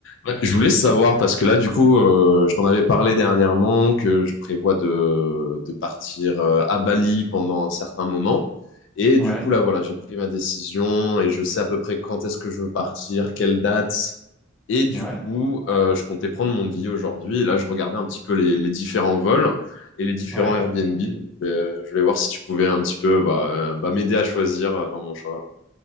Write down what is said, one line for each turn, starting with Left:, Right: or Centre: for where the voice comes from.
Left: Ouais, je voulais savoir parce que là, du coup, euh, je t'en avais parlé dernièrement que je prévois de, de partir euh, à Bali pendant un certain moment. Et
Centre: Ouais,
Left: du coup, là, voilà, j'ai pris ma décision et je sais à peu près quand est-ce que je veux partir, quelle date. Et du
Centre: ouais,
Left: coup, euh, je comptais prendre mon billet aujourd'hui. Et là, je regardais un petit peu les, les différents vols et les différents
Centre: ouais.
Left: Airbnb. Donc, je voulais, je voulais voir si tu pouvais un petit peu bah, euh, bah, m'aider à choisir euh, dans mon choix.